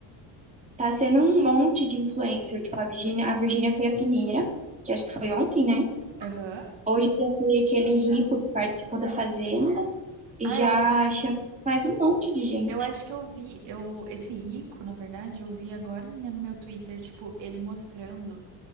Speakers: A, on the right; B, on the right.
A: Tá sendo um monte de influencer, tipo, a Virgínia, a Virgínia foi a primeira, que acho que foi ontem, né?
B: Aham.
A: Hoje já foi aquele rico que participou da Fazenda e
B: Ah,
A: já
B: eu,
A: chamou mais um monte de gente.
B: eu acho que eu vi, eu, esse rico, na verdade, eu vi agora no meu Twitter, tipo, ele mostrando